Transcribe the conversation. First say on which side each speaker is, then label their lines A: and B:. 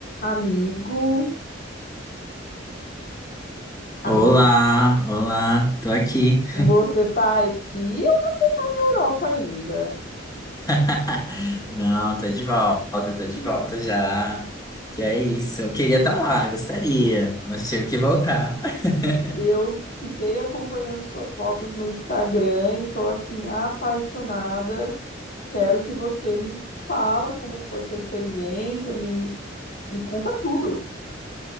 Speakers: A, on the left; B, on the left.
A: Amigo, amigo,
B: Olá, olá, tô aqui.
A: você tá aqui ou você tá na Europa ainda?
B: <laughs> Não, tô de volta, tô de
A: É.
B: volta já. Que é isso, eu queria estar lá, gostaria, mas tive que voltar. <laughs>
A: Eu fiquei acompanhando suas fotos no Instagram e tô assim apaixonada. Quero que você me fala como foi sua experiência, me me conta tudo.